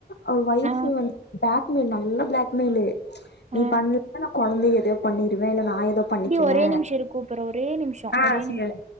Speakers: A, on the left; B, on the right.
A: அவ் வயஃபு
B: ஆ
A: வந் பாக்மெயில் நல்ல ப்ளாக்மெய்லு நீ
B: ஆ
A: பண்ணிப்ப நா கொழந்தைய எதையோ பண்ணிருவே இல்ல நா எதோ பண்ணிக்குவே
B: இப்டி ஒரே நிம்ஷோ இரு கூப்புறே ஒரே நிம்ஷோ
A: ஆ
B: ஒரே
A: சேரி
B: நிம்ஷோ